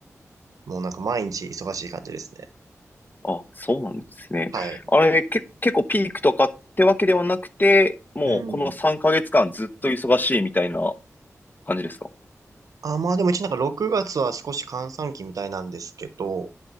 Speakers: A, on the right; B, on the left.
A: もうなんか毎日忙しい感じですね。
B: あ、そうなんですね。
A: はい。
B: あれ、け、結構ピークとかってわけではなくて、もうこの3ヶ月間ずっと忙しいみたいな
A: うん。
B: 感じですか
A: あ、まあでも一応なんか6月は少し閑散期みたいなんですけど、